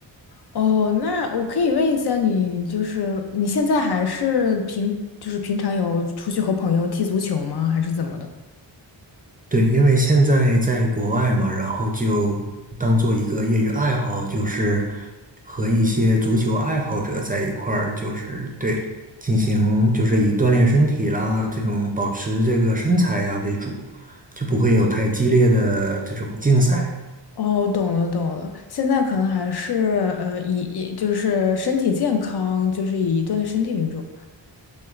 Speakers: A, on the left; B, on the right.
A: 哦，那我可以问一下你，就是你现在还是平就是平常有出去和朋友踢足球吗？还是怎么的？
B: 对，因为现在在国外嘛，然后就当做一个业余爱好，就是和一些足球爱好者在一块儿，就是对，进行就是以锻炼身体啦，这种保持这个身材呀为主，就不会有太激烈的这种竞赛。
A: 哦，懂了懂了，现在可能还是呃以以就是身体健康，就是以锻炼身体为主。